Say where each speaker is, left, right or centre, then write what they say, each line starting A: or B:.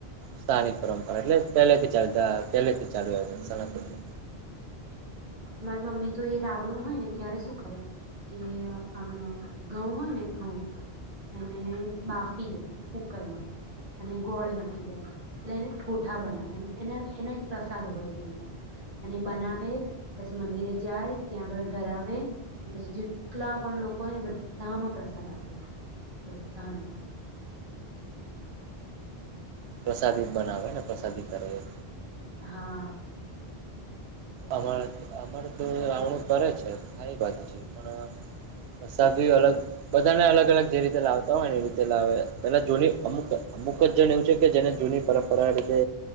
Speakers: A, on the right; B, on the right.
A: સ્થાનિક પરંપરા એટલે પહેલે થી ચાલ પહેલેથી ચાલુ આવે છે.
B: મારી મમ્મી તો એ રાવણું હોય ને ત્યારે શું કરે, કે આમ ઘઉં હોય ને ઘઉં એને બાફી દે કુકરમાં અને ગોળ નાખી દે એમ, એટલે એને ઠોઠા બનાવે એમ એને એનો એક પ્રસાદ હોયમ, અને બનાવે પછી મંદિરે જાય ત્યાં આગળ ધરાવે, પછી જેટલા પણ લોકો હોય ને બધામાં પ્રસાદ આપે, બધાને.
A: પ્રસાદી બનાવે ને પ્રસાદી કરે એ.
B: હા.
A: અવાર અમારે તો આવણું કરે છે ખારી બાજુ છે પણ પ્રસાદી અલગ બધાને અલગ અલગ જે રીતે લાવતા હોય ને એ રીતે લાવે પેલા જૂની અમુક અમુક જ જણ એવું છે કે જેને જૂની પરંપરા રીતે,